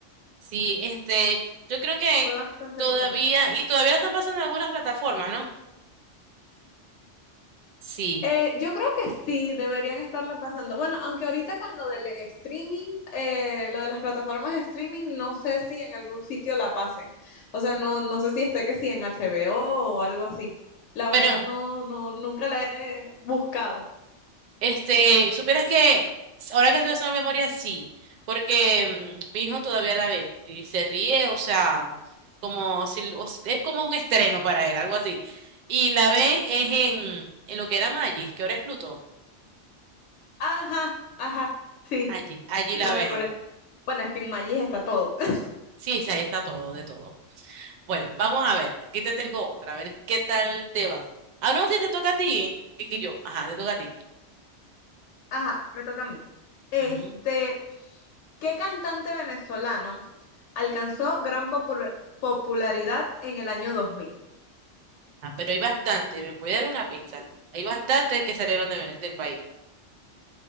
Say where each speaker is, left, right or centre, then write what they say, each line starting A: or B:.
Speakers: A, on the right; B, on the left.
A: Sí, este, yo creo que
B: Fue bastante
A: todavía,
B: popular.
A: y todavía la están pasando en algunas plataformas, ¿no? Sí.
B: Eh, yo creo que sí, deberían estarla pasando. Bueno, aunque ahorita con lo del streaming, eh, lo de las plataformas de streaming, no sé si en algún sitio la pasen. O sea, no, no sé si esté que sí en HBO o o algo así. La
A: Bueno,
B: verdad, no, no, nunca la he buscado.
A: este, supieras que ahora que estoy haciendo memoria, sí, porque mm, mi hijo todavía la ve y se ríe, o sea, como si o es como un estreno para él, algo así. Y la ve es en, en lo que era Maggi, que ahora es Pluto.
B: Ajá, ajá, sí,
A: Allí, allí
B: la
A: la ve
B: ve por
A: él.
B: ahí. Bueno, es que en Magis está todo. <laughs>
A: Sí, sí, ahí está todo, de todo. Bueno, vamos a ver. Aquí te tengo otra, a ver qué tal te va. Ah, no, sí, te toca a ti. Y que yo, ajá, te toca a ti.
B: Ajá, me toca a mí. Este,
A: Ujú.
B: ¿qué cantante venezolano alcanzó gran popul- popularidad en el año 2000?
A: Ah, pero hay bastante, ¿me puede dar una pista? Hay bastantes que salieron de Vene- del país.